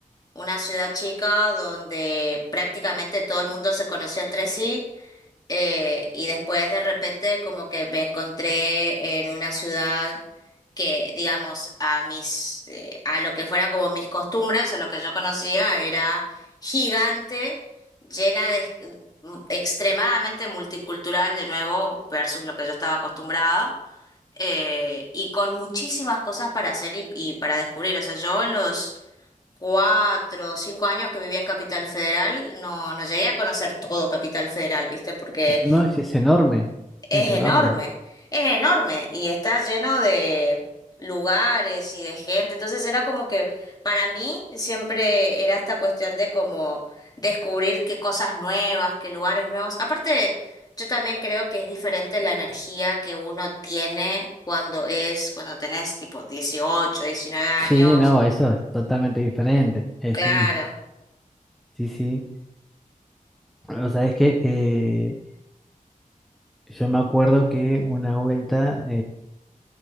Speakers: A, on the left; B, in the centre.
A: una ciudad chica donde prácticamente todo el mundo se conoció entre sí eh, y después de repente como que me encontré en una ciudad que, digamos, a mis, eh, a lo que fuera como mis costumbres o lo que yo conocía era gigante, llena de mm, extremadamente multicultural de nuevo versus lo que yo estaba acostumbrada. eh, y con muchísimas cosas para hacer y, y para descubrir. O sea, yo en los cuatro o cinco años que vivía en Capital Federal, no, no llegué a conocer todo Capital Federal, ¿viste? Porque
B: no, es, es enorme,
A: es
B: es enorme.
A: enorme, es enorme y está lleno de lugares y de gente. Entonces era como que para mí siempre era esta cuestión de como descubrir qué cosas nuevas, qué lugares nuevos. Aparte, yo también creo que es diferente la energía que uno tiene cuando es, cuando tenés tipo 18 19 años.
B: Sí, no, eso es totalmente diferente, eh,
A: Claro.
B: sí, sí, sí. O sea, es que eh, yo me acuerdo que una vuelta,